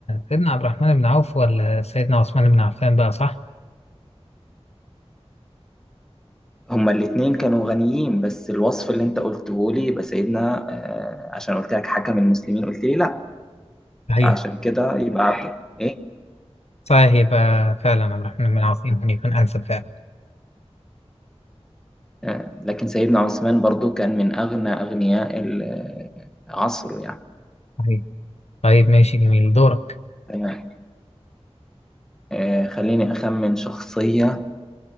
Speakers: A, on the left; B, in the centre.
A: سيدنا عبد الرحمن بن عوف ولا سيدنا عثمان بن عفان بقى صح؟
B: هما الاتنين كانوا غنيين بس الوصف اللي انت قلته لي يبقى سيدنا آه، عشان قلت لك حكم المسلمين قلت لي لا
A: صحيح
B: فعشان كده يبقى عبد ايه
A: صحيح يبقى فعلا عبد الرحمن بن العاص يمكن يكون أنسب فعلا
B: آه، لكن سيدنا عثمان برضو كان من أغنى أغنياء ال- عصره يعني
A: صحيح طيب ماشي جميل دورك
B: تمام آه، خليني أخمن شخصية